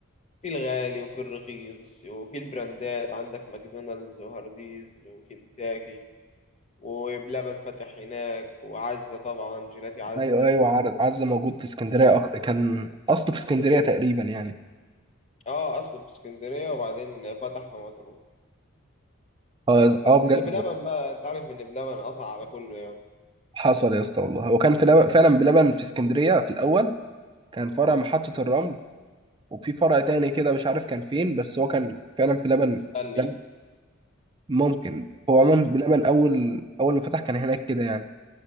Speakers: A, on the left; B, on the right.
A: في الغالي وفي الرخيص وفي البراندات عندك ماكدونالدز وهارديز وكنتاكي وبلبن فتح هناك وعزة طبعا جيلاتي عزة
B: ايوه ايوه عارف عزة موجود في اسكندريه أك... كان اصله في اسكندريه تقريبا يعني
A: اه اصله في اسكندرية وبعدين فتح في مطروح
B: اه
A: بس
B: اه بجد
A: لا بلبن بقى انت عارف ان بلبن قطع على كله يعني
B: حصل يا اسطى والله هو كان في لبن... فعلا بلبن في اسكندريه في الاول كان فرع محطه الرمل وفي فرع تاني كده مش عارف كان فين بس هو كان فعلا في لبن
A: كان بيسلي
B: لبن ممكن هو عموما بلبن اول اول ما فتح كان هناك كده يعني